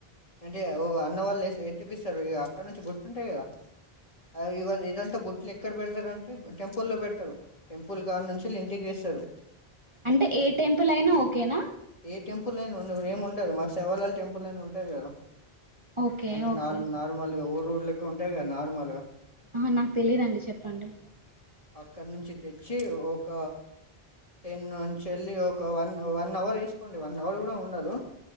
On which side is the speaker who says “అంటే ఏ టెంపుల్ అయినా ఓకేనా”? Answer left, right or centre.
Right